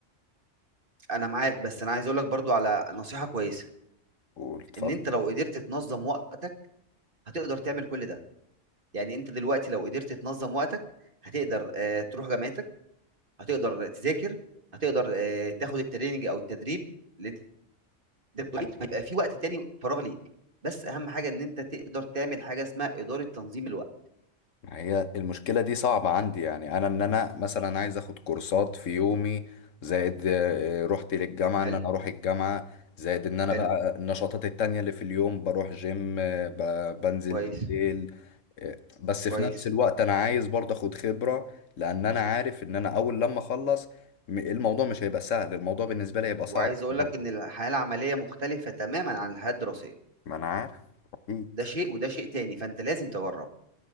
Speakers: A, on the right; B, on the left.
A: انا معاك بس انا عايز اقول لك برضو على نصيحة كويسة
B: قول اتفضل
A: ان انت لو قدرت تنظم وقتك هتقدر تعمل كل ده يعني انت دلوقتي لو قدرت تنظم وقتك هتقدر آه، تروح جامعتك هتقدر تذاكر هتقدر آه، تاخد التريننج او التدريب اللي انت أنت بتقول إيه؟ هيبقى في وقت تاني فراغ ليك بس اهم حاجه ان انت تقدر تعمل حاجه اسمها اداره تنظيم الوقت
B: ما هي المشكلة دي صعبة عندي يعني أنا إن أنا مثلا عايز أخد كورسات في يومي زائد آه، روحتي للجامعة
A: حلو
B: إن أنا أروح الجامعة زائد إن أنا
A: حلو
B: بقى النشاطات التانية اللي في اليوم بروح جيم آه، ب- بنزل
A: كويس
B: بالليل آه، بس
A: كويس
B: في نفس الوقت أنا عايز برضه أخد خبرة لأن أنا عارف إن أنا أول لما أخلص م- الموضوع مش هيبقى سهل الموضوع بالنسبة لي هيبقى
A: وعايز
B: صعب في
A: اقول
B: الأول
A: لك ان الحياه العمليه مختلفه تماما عن الحياه الدراسيه
B: ما أنا عارف أكيد
A: ده شيء وده شيء تاني فانت لازم تجرب